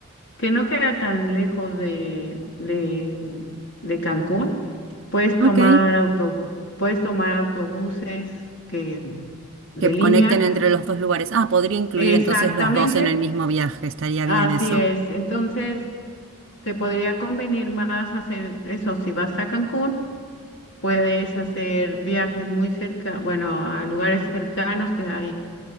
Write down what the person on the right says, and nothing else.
Ok,
que conecten
entre los dos lugares. Ah, podría incluir
entonces los dos en el mismo viaje, estaría
bien eso.